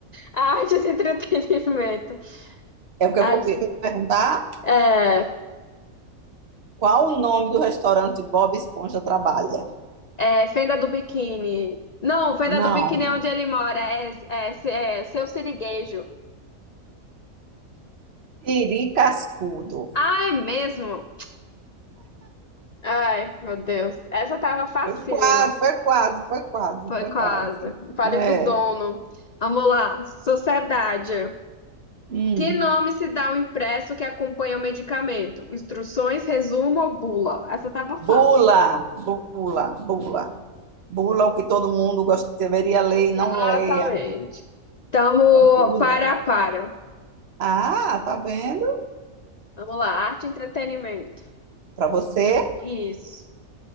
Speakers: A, on the left; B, on the right.
A: A arte e entretenimento.
B: É porque eu
A: Artes-
B: vou pe- perguntar
A: é,
B: qual o nome do restaurante Bob Esponja trabalha.
A: é, Fenda do Biquíni. Não, Fenda
B: Não,
A: do Biquíni é onde ele mora. É, é, é Seu Siriguejo.
B: Siri Cascudo.
A: Ah, é mesmo? Ai, meu Deus. Essa tava facílima.
B: Foi quase, foi quase, foi quase,
A: Foi
B: foi
A: quase.
B: quase.
A: Vale
B: É.
A: do dono. Vamos lá. Sociedade.
B: Hum.
A: Que nome se dá ao impresso que acompanha o medicamento? Instruções, resumo ou bula? Essa tava fácil.
B: Bula, bula, bula. Bula o que todo mundo gosta, deveria ler
A: Exatamente.
B: e não leia.
A: Tamo
B: Bula.
A: para a para.
B: Ah, tá vendo?
A: Vamos lá, arte e entretenimento.
B: Para você
A: Isso.